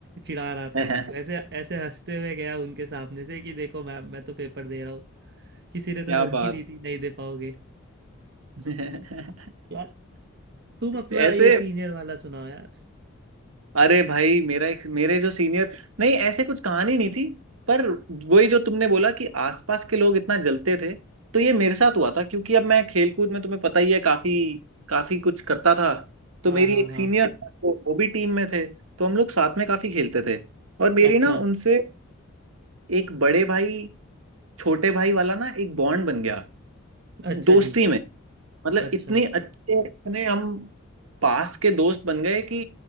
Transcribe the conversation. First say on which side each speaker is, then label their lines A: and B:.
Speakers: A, on the right; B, on the right.
A: चिढ़ा रहा था
B: है
A: उनको
B: <laughs>
A: ऐसे ऐसे हंसते हुए गया उनके सामने से कि देखो मैम मैं तो पेपर दे रहा हूँ किसी ने तो
B: क्या
A: धमकी
B: बात
A: दी थी नहीं दे पाओगे
B: <laughs>
A: यार तुम अपना
B: ऐसे
A: ये सीनियर वाला सुनाओ यार
B: अरे भाई मेरा एक मेरे जो सीनियर नहीं ऐसे कुछ कहानी नहीं थी पर वही जो तुमने बोला कि आसपास के लोग इतना जलते थे तो ये मेरे साथ हुआ था क्योंकि अब मैं खेलकूद में तुम्हें पता ही है काफी काफी कुछ करता था तो
A: हाँ
B: मेरी
A: हाँ
B: एक
A: हाँ
B: सीनियर था तो वो भी टीम में थे तो हम लोग साथ में काफी खेलते थे और मेरी
A: अच्छा
B: ना उनसे एक बड़े भाई छोटे भाई वाला ना एक बॉन्ड बन गया
A: अच्छा
B: दोस्ती
A: जी
B: में मतलब
A: अच्छा
B: इतने अच्छे इतने हम पास के दोस्त बन गए कि